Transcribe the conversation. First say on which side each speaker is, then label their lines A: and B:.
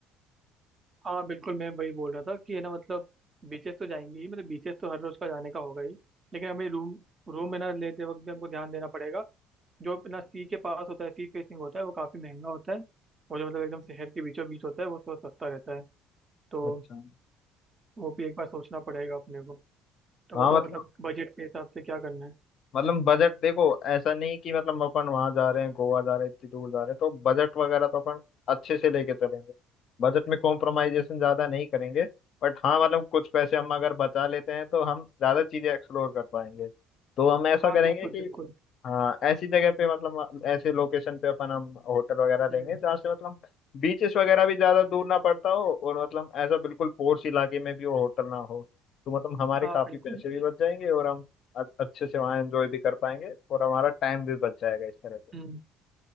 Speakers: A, on the right; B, on the left.
A: हाँ बिल्कुल मैं वही बोल रहा था कि है ना मतलब बीचेस तो जाएंगे ही मतलब बीचेस तो हर रोज का जाने का होगा ही लेकिन हमें रूम रूम में ना लेते वक्त भी हमको ध्यान देना पड़ेगा जो अपना सी के पास होता है सी फेसिंग होता है वो काफ़ी महंगा होता है और जो मतलब एकदम शहर के बीचों बीच होता है वो थोड़ा सस्ता रहता है तो
B: अच्छा
A: वो भी एक बार सोचना पड़ेगा अपने को तो
B: हाँ
A: बताओ
B: मतलब
A: मतलब बजट के हिसाब से क्या करना है
B: मतलब बजट देखो ऐसा नहीं कि मतलब अपन वहां जा रहे हैं गोवा जा रहे हैं इतनी दूर जा रहे हैं तो बजट वगैरह तो अपन अच्छे से लेके चलेंगे बजट में कॉम्प्रोमाइजेशन ज्यादा नहीं करेंगे बट हाँ मतलब कुछ पैसे हम अगर बचा लेते हैं तो हम ज्यादा चीजें एक्सप्लोर कर पाएंगे तो हम ऐसा
A: हाँ
B: करेंगे
A: बिल्कुल
B: कि
A: बिल्कुल
B: हाँ ऐसी जगह पे मतलब ऐसे लोकेशन पे अपन हम होटल वगैरह
A: हम्म
B: लेंगे जहाँ से मतलब बीचेस वगैरह भी ज्यादा दूर ना पड़ता हो और मतलब ऐसा बिल्कुल पोर्स इलाके में भी वो होटल ना हो तो मतलब हमारे
A: हाँ
B: काफी
A: बिल्कुल
B: पैसे भी बच जाएंगे और हम अ- अच्छे से वहाँ एंजॉय भी कर पाएंगे और हमारा टाइम भी बच जाएगा इस तरह से
A: हम्म